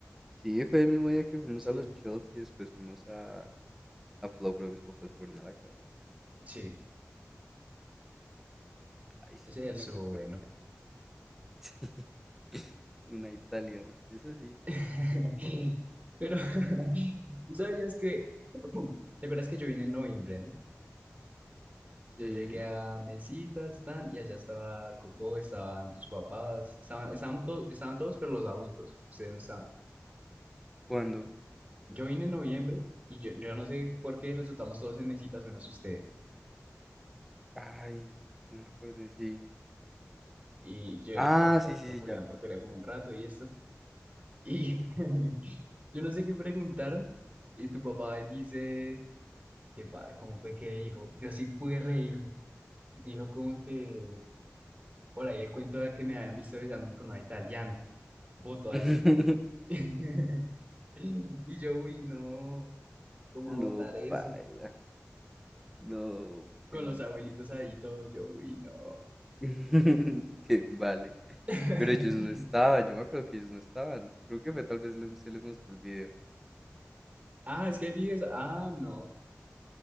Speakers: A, in the centre; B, on the right.
A: Sí, fue el mismo día que fuimos
B: sí,
A: a los shots y después fuimos a, a Flow, pero mis papás se fueron a la casa.
B: sí,
A: Ay, sí,
B: ese
A: buenos
B: día estuvo
A: recuerdos
B: bueno.
A: ahí. <laughs> Sí. Una italiana. Es así.
B: <laughs> Pero, <laughs> ¿tú ¿sabías que? <clears throat> ¿Te acuerdas que yo vine en noviembre, no? Yo
A: Sí.
B: llegué a mesitas, tan, y allá estaba Coco, estaban tus papás, estaban, estaban, to- estaban todos, pero los adultos, ustedes no estaban.
A: ¿Cuándo?
B: Yo vine en noviembre y yo, yo no sé por qué resultamos todos en mesitas menos ustedes.
A: Ay, no me acuerdo, sí.
B: Y yo,
A: Ah,
B: que hablé
A: sí, sí,
B: con Julián
A: sí, ya.
B: por teléfono un rato y esto. Y <laughs> yo no sé qué preguntaron. Y tu papá ahí dice, ¿qué pa ¿Cómo fue que dijo? Yo sí pude reírme. Dijo como que por ahí el cuento de que me habían visto besándome con una italiana. Votó así.
A: <laughs>
B: <laughs> <laughs> Y yo, uy, no, ¿cómo va a
A: No,
B: votar eso?
A: baila. No,
B: Con
A: ¿quién
B: los abuelitos
A: vale.
B: ahí todo, yo, uy, no.
A: <laughs> ¿Quién vale.
B: <laughs>
A: Pero ellos no estaban, yo me acuerdo que ellos no estaban. Creo que fue tal vez les- se les mostró el video.
B: Ah, es que hay videos, ah, no.